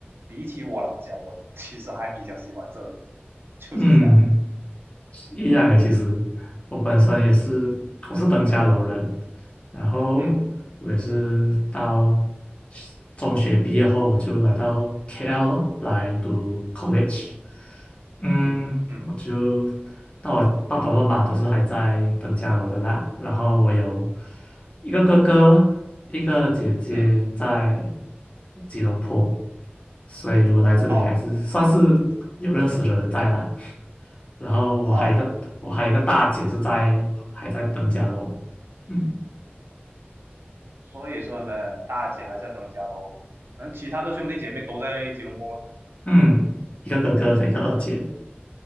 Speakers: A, on the right; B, on the left.
A: 比起我老家，我其实还比较喜欢这里，就是这样。
B: 嗯一样诶，其实我本身也是，我是登嘉楼人，然后我也是到
A: 嗯
B: 中学毕业后，我就来到 KL 咯，来读 college。嗯，
A: 嗯嗯
B: 我就那我爸爸妈妈都是还在登嘉楼的啦，然后我有一个哥哥，一个姐姐在
A: 嗯，
B: 吉隆坡，所以我来这里还是算是有认识的人在啦。
A: 好
B: 然后我还有一个我还有一个大姐是在还在登嘉楼，
A: 好，
B: 嗯
A: 所以说呢，大姐还是要等家喽。嗯，其他的兄弟姐妹都在吉隆坡吗？
B: 嗯一个哥哥和一个二姐。